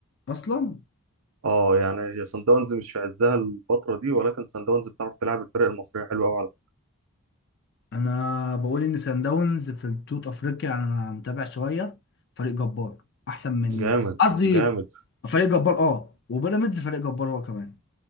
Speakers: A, on the left; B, on the right.
A: اصلا
B: اه يعني هي سان داونز مش في عزها الفتره دي ولكن سان داونز بتعرف تلعب الفرق المصريه حلوه قوي على
A: انا بقول ان سان داونز في بطوله افريقيا يعني انا متابع شويه فريق جبار احسن من
B: فكره جامد
A: قصدي
B: جامد
A: فريق جبار اه وبيراميدز فريق جبار هو كمان